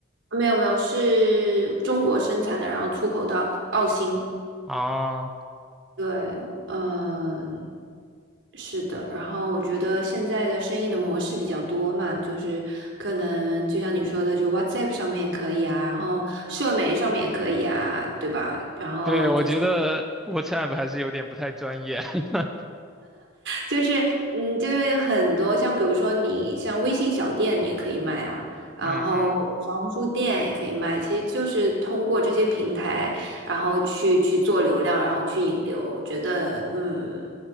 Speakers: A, on the right; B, in the centre.
A: 没有没有，是中国生产的，然后出口到澳新。
B: 啊，
A: 对，嗯、是的，然后我觉得现在的生意的模式比较多嘛，就是可能就像你说的，就 WhatsApp 上面也可以啊，然后社媒上面也可以啊，对吧？然后就是
B: 对，我觉得 WhatsApp 还是有点不太专业。<laughs>
A: 就是嗯，就是很多像比如说你像微信小店也可以卖啊，然后小红书店也可以卖，
B: 嗯嗯
A: 其实就是通过这些平台，然后去去做流量，然后去引流，我觉得嗯，